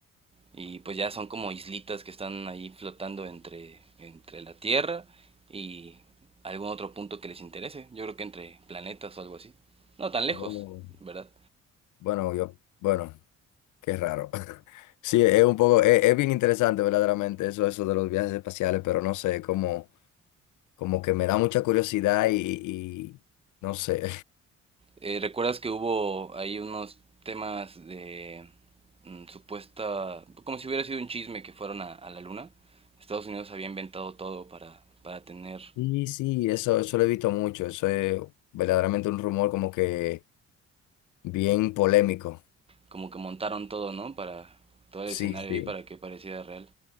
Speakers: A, on the right (about 20°); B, on the left (about 80°).
A: Y pues ya son como islitas que están ahí flotando entre, entre la Tierra y algún otro punto que les interese. Yo creo que entre planetas o algo así. No tan lejos,
B: Oh,
A: ¿verdad?
B: bueno, yo, bueno, qué raro. <laughs> Sí, es un poco, es, es bien interesante verdaderamente eso, eso de los viajes espaciales, pero no sé, como, como que me da mucha curiosidad y, y no sé.
A: Eh, ¿Recuerdas que hubo ahí unos temas de mm, supuesta... como si hubiera sido un chisme que fueron a, a la Luna? Estados Unidos había inventado todo para, para tener...
B: <laughs> sí sí, eso, eso lo he visto mucho, eso es verdaderamente un rumor como que... Bien polémico.
A: Como que montaron todo, ¿no? Para todo el
B: Sí,
A: escenario
B: sí,
A: ahí para que pareciera real.